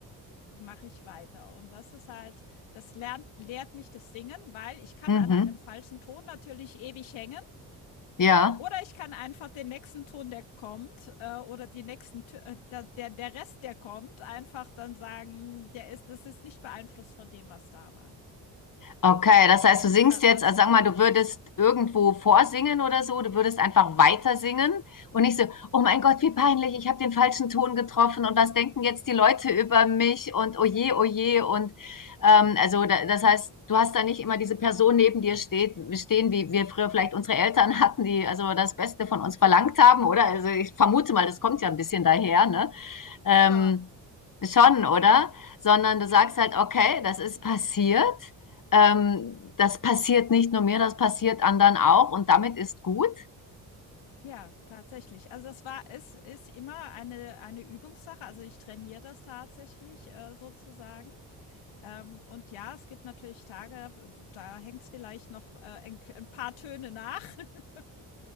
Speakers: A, on the left; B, on the left.
A: mache ich weiter. Und das ist halt, das lernt, lehrt mich das Singen, weil ich kann
B: Mhm.
A: an einem falschen Ton natürlich ewig hängen.
B: Ja.
A: Oder ich kann einfach den nächsten Ton, der kommt, äh, oder die nächsten, äh, der, der Rest, der kommt, einfach dann sagen, der ist, das ist nicht beeinflusst von dem, was da war,
B: Okay, das heißt, du singst
A: wa-
B: jetzt,
A: was
B: also
A: ich
B: sag
A: da.
B: mal, du würdest irgendwo vorsingen oder so, du würdest einfach weiter singen und nicht so, oh mein Gott, wie peinlich,
A: Mhm,
B: ich habe den falschen Ton getroffen und was denken jetzt die Leute über mich und oh je,
A: genau.
B: oh je und ähm, also da, das heißt, du hast da nicht immer diese Person neben dir steht, stehen, wie wir früher vielleicht unsere Eltern hatten, die also das Beste von uns verlangt haben, oder? Also ich vermute mal, das kommt ja ein bisschen
A: Mhm,
B: daher, ne? Ähm,
A: schon.
B: schon, oder? Sondern du sagst
A: Ja.
B: halt, okay, das ist passiert ähm, das passiert nicht nur mir, das passiert anderen auch und damit ist gut.
A: Ja, tatsächlich. Also das war es ist immer eine eine Übungssache. Also, ich trainiere das tatsächlich, äh, sozusagen. Ähm, und ja, es gibt natürlich Tage, w da hängt's vielleicht noch, äh, ein k paar Töne nach, <laughs>